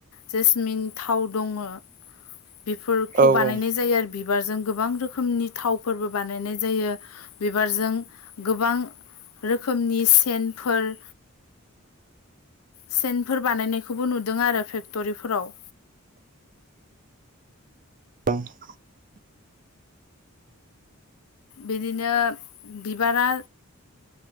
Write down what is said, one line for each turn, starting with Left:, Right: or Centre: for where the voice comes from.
Left: जेसमिन थाव दङो बिफोरखौ
Right: औ
Left: बानायनाय
Right: औ
Left: जायो आरो बिबारजों गोबां रोखोमनि थावफोरबो बानायनाय जायो, बिबारजों गोबां रोखोमनि सेनफोर सेनफोर बानायनायखौबो नुदों आरो फेक्ट'रिफोराव
Right: <unintelligible>
Left: बिदिनो बिबारा